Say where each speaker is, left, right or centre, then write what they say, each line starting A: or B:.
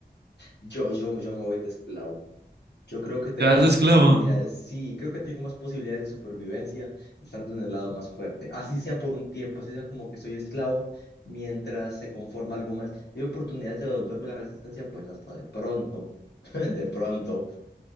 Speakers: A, on the left (about 85°); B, on the right (about 80°).
A: Yo, yo, yo me voy de esclavo. Yo creo que tengo
B: Te das
A: más
B: esclavo.
A: posibilidades. Sí, creo que tengo más posibilidades de supervivencia estando en el lado más fuerte. Así sea por un tiempo, así sea como que soy esclavo mientras se conforma algo más. Si hay oportunidades de devolverme la resistencia, pues hasta de pronto. <laughs> De pronto.